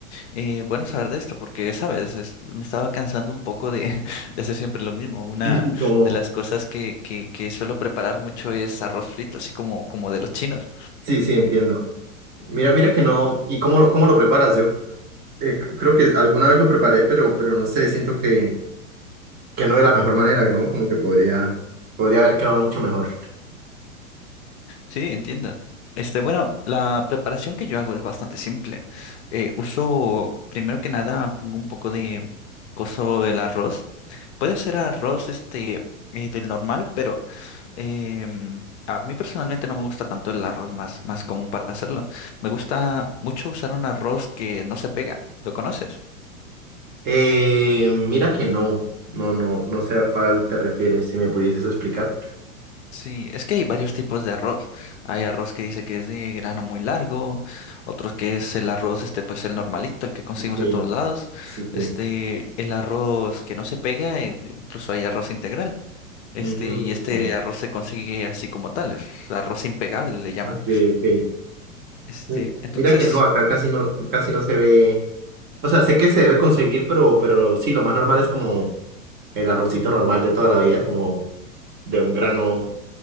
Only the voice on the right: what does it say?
<laughs> Como,
Sí, sí, entiendo. Mira, mira que no. ¿Y cómo lo, cómo lo preparas? Yo eh, c- creo que alguna vez lo preparé, pero, pero no sé, siento que, que no de la mejor manera, ¿no? Como que podría, podría haber quedado mucho mejor.
Eh, mira que no. No, no, no sé a cuál te refieres, si me pudieses explicar.
Ok,
sí, sí.
Mm,
ok, ok.
Mi-
Mira que no, acá casi no, casi no se ve. O sea, sé que se debe conseguir, pero, pero sí, lo más normal es como el arrocito normal de toda la vida, como de un grano